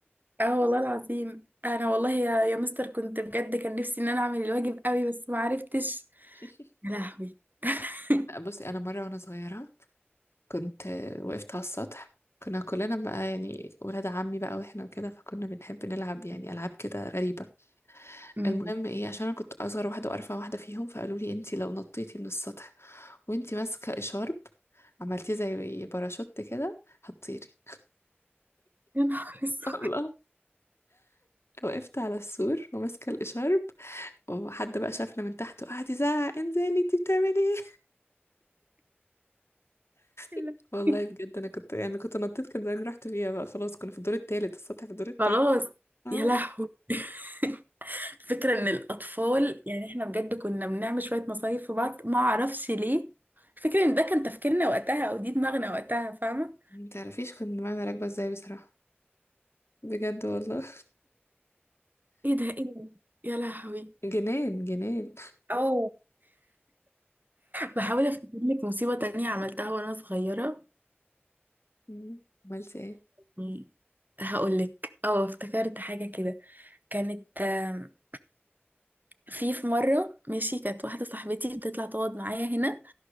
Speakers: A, on the right; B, on the left.
A: اه والله العظيم انا والله يا يا مستر كنت بجد كان نفسي ان انا اعمل الواجب قوي بس ما عرفتش
B: <laughs>
A: يا لهوي <laughs>
B: بصي انا مره وانا صغيره كنت آه، وقفت على السطح كنا كلنا بقى يعني ولاد عمي بقى واحنا كده فكنا بنحب نلعب يعني العاب كده غريبه
A: أمم.
B: المهم ايه عشان انا كنت اصغر واحده وارفع واحده فيهم فقالوا لي انتي لو نطيتي من السطح وانتي ماسكه اشارب عملتيه زي باراشوت كده هتطيري
A: يا نهار اسود
B: <laughs> الله وقفت على السور وماسكه الاشارب وحد بقى شافنا من تحت وقعد يزعق انزلي انتي بتعملي ايه
A: <laughs> يا لهوي.
B: <laughs> والله بجد انا كنت يعني كنت نطيت كان زمان رحت فيها بقى خلاص كنا في الدور التالت السطح في الدور التالت
A: خلاص
B: اه
A: يا لهوي <laughs> فكرة ان الاطفال يعني احنا بجد كنا بنعمل شوية مصايف في بعض ما اعرفش ليه فكرة ان ده كان تفكيرنا وقتها او دي دماغنا وقتها فاهمة
B: متعرفيش كنت معانا راكبه ازاي بصراحه بجد والله
A: ايه ده ايه ده يا لهوي
B: <laughs> جنان جنان
A: او بحاول افتكر لك مصيبة تانية عملتها وانا صغيرة
B: مم. عملت ايه
A: أم، هقولك اه افتكرت حاجة كده كانت أم، في في مرة ماشي كانت واحدة صاحبتي بتطلع تقعد معايا هنا